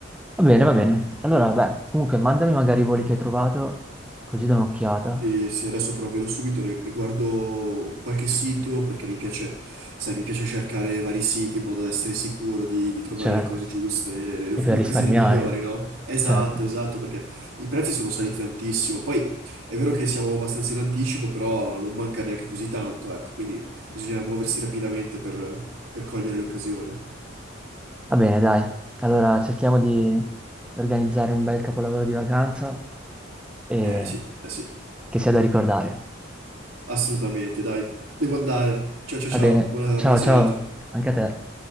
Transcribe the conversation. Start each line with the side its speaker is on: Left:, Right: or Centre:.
Centre: Va bene, va bene. Allora, beh, comunque mandami magari i voli che hai trovato, così do un'occhiata.
Right: Sì, sì, adesso provvedo subito, ri- riguardo qualche sito perché mi piace, sai, mi piace cercare vari siti in modo da essere sicuro di, di trovare
Centre: Certo.
Right: le cose giuste, le, le- le
Centre: E per risparmiare.
Right: occasioni migliori, no? Esatto,
Centre: Certo.
Right: esatto, perché i prezzi sono saliti tantissimo. Poi è vero che siamo abbastanza in anticipo, però non manca neanche così tanto, ecco, quindi bisogna muoversi rapidamente per, per cogliere le occasioni.
Centre: Va bene, dai. Allora cerchiamo di organizzare un bel capolavoro di vacanza e
Right: Eh sì, eh sì,
Centre: che sia da ricordare.
Right: assolutamente, dai, devo andare. Ciao ciao ciao,
Centre: Va bene.
Right: buona
Centre: Ciao,
Right: buona serata.
Centre: ciao. Anche a te.